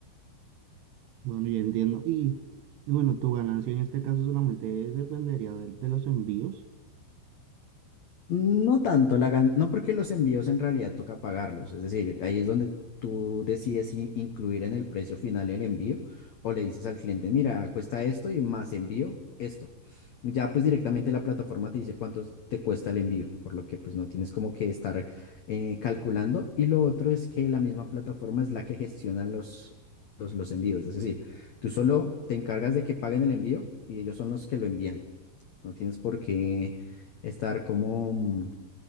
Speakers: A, on the right (about 75°); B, on the left (about 80°).
A: Bueno, ya entiendo. Y, y bueno, tu ganancia en este caso solamente dependería de, de los envíos.
B: No tanto, la gan- no porque los envíos en realidad toca pagarlos, es decir, ahí es donde tú decides si incluir en el precio final el envío o le dices al cliente, mira, cuesta esto y más envío esto. Ya pues directamente la plataforma te dice cuánto te cuesta el envío, por lo que pues no tienes como que estar eh, calculando. Y lo otro es que la misma plataforma es la que gestiona los, los, los envíos, es decir, tú solo te encargas de que paguen el envío y ellos son los que lo envían. No tienes por qué estar como mm,